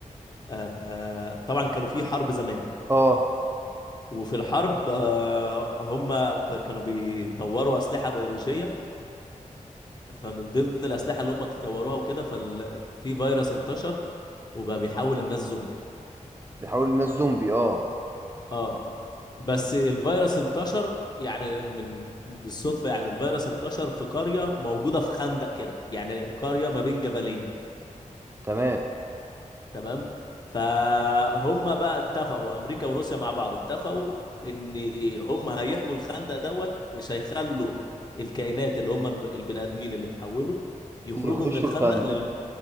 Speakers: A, on the left; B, on the right.
A: آه، طبعا كانوا في حرب زمان
B: اه
A: وفي الحرب آه، هم ب- كانوا بيطوروا أسلحة بيولوجية فمن ضمن الأسلحة اللي هم تطوروها وكده ففي فيروس انتشر وبقى بيحول الناس زومبي
B: بيحاول الناس زومبي اه
A: اه بس الفيروس انتشر يعني من بالصدفة يعني الفيروس انتشر في قرية موجودة في خندق كده يعني قرية ما بين جبلين
B: تمام
A: تمام فهم بقى اتفقوا امريكا وروسيا مع بعض اتفقوا ان هم هيحموا الخندق دوت مش هيخلوا الكائنات اللي هم الب- البني ادمين اللي اتحولوا يخرجوا
B: يخشوا
A: من الخندق
B: الخندق
A: لل...